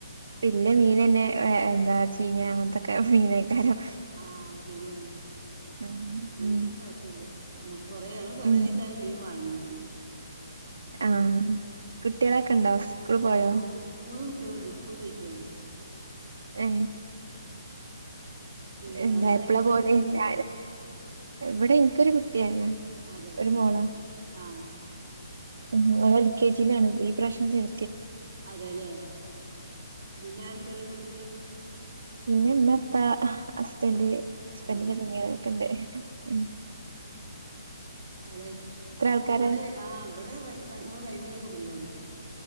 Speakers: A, on the right; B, on the right.
A: പിന്നെ മീനന്നെ എന്താ വച്ച അങ്ങനത്തെക്കെ മീനക്കാരൊക്കെ
B: ആഹ ശരിയാണ്
A: ആഹ്
B: മീനൊന്നും
A: ഉം
B: കൊഴപ്പ ഇില്ല നമ്മക്ക് കൊറെ ഞങ്ങൾ കൊറെേ
A: ഉം
B: ദിവസമായി മീൻ വാങ്ങീട്ട്
A: ആഹ കുട്ടികളൊക്കെ ഉണ്ടോ സ്കൂൾ
B: ആ
A: പോയോ
B: മൂന്ന് കുട്ടികളണ്ട് സ്കൂൾ പയിക്കുകയാണ്
A: ഏ
B: പിന്നെ
A: എന്താ
B: അവിടെ ആരൊക്കെയാ
A: എപ്പളെ
B: ഉള്ളത്
A: പോലെന്ന ഇവിടെ എനിക്കൊരു കുട്ടി വ
B: അതെ
A: ഒരു
B: ആഹ്
A: മോള
B: ആഹ്
A: ഉ എൽ കെ ജിലാണ് ഈ പ്രാവശനം ചേർ
B: അതെല്ലേ പിന്നെ ആരൊക്കെയള്ളേ വീട്ടില്
A: പിന്നെപ്പ ഹസ്ബൻഡറ്
B: ആഹ്
A: ഹസ്ബൻറിന്റെ
B: ആഹ്
A: പെങ്ങിട ഒക്കെ ഉണ്ട് ഉ
B: അത
A: ആൾക്കാരാ
B: ഇവിടെ ആ ഇവിടെങ്ങൾ വലിയ കുടുംബമാണ്